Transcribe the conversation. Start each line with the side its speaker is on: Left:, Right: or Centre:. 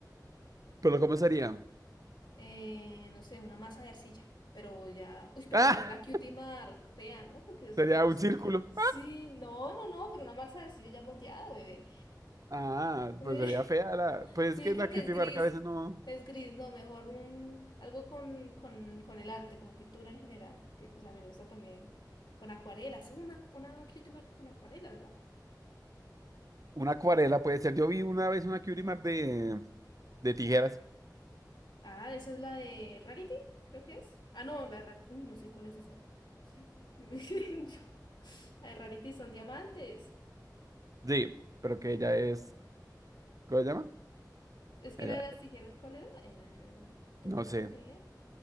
Right: pero ¿cómo sería?
Left: eh, no sé, una masa de arcilla, pero ya, uy, pero
Right: Ah,
Left: sería una cutie mark fea, ¿no? Porque es
Right: sería
Left: una... arc-
Right: un círculo.
Left: Sí, no, no, no, pero una masa de arcilla ya moldeada, bebé.
Right: Ah,
Left: <laughs>
Right: pues sería fea la, pues
Left: Sí,
Right: es que
Left: porque
Right: la cutie
Left: es gris,
Right: mark a veces no.
Left: es gris, no, mejor un, algo con, con, con el arte, con pintura en general, que pues a mí me gusta también, con acuarelas, sí, una, una cutie mark con acuarelas, ¿no?
Right: Una acuarela puede ser. Yo vi una vez una Curimar de, de tijeras.
Left: Ah, esa es la de Rarity, creo que es. Ah, no, la de Rarity, uy, no sé cuál es esa. <laughs> Yo- La de Rarity son diamantes.
Right: Sí, pero que ella es. ¿Cómo se llama?
Left: Es que
Right: Ella-
Left: la de las tijeras, ¿cuál era? Eh, ¿qué
Right: no
Left: talento
Right: sé.
Left: tenía?